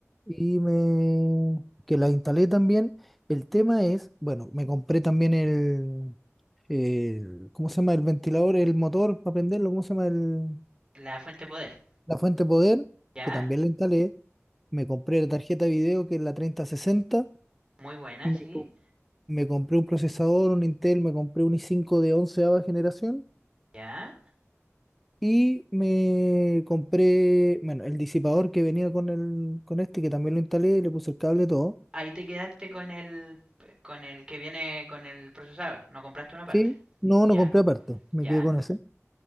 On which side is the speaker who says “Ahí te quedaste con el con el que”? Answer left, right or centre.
Right